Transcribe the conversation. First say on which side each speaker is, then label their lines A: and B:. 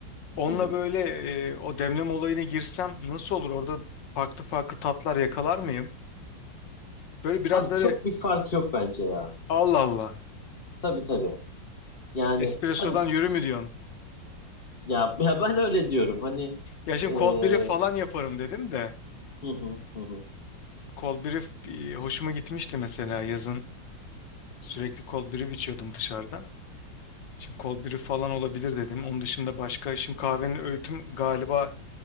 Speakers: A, on the left; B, on the left.
A: Onunla
B: Hı hı.
A: böyle e, o demleme olayına girsem nasıl olur? Orada farklı farklı tatlar yakalar mıyım? Böyle biraz
B: Abi
A: böyle
B: çok bir fark yok bence ya.
A: Allah Allah.
B: Tabii tabii. Yani
A: Espresso'dan
B: tabii
A: yürü
B: t-
A: mü diyorsun?
B: ya, ya ben öyle diyorum. Hani
A: Ya şimdi
B: eee,
A: cold brew falan yaparım dedim de.
B: hı hı hı hı.
A: Cold brew e, hoşuma gitmişti mesela yazın. Sürekli cold brew içiyordum dışarıda. Şimdi cold brew falan olabilir dedim. Onun dışında başka şimdi kahvenin öğütüm galiba